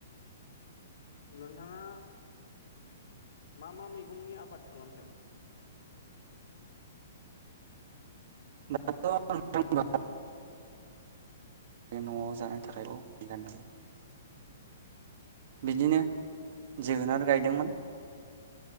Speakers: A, on the left (about 75°); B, on the right (about 50°).
A: नोंथाङा मा मा मैगंनि आबाद खालामदों?
B: <unintelligible> न'आव जानो थाखाय <unintelligible> बिदिनो
A: औ
B: जोगोनार गायदोंमोन।